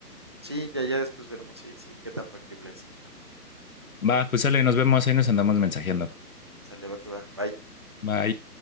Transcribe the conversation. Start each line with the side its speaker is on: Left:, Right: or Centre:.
Right: Sí, ya, ya después veremos si, si, qué tan factible es. Ajá.
Left: Va, pues sale, nos vemos, ahí nos andamos mensajeando.
Right: Sale, va que va. Bye.
Left: Bye.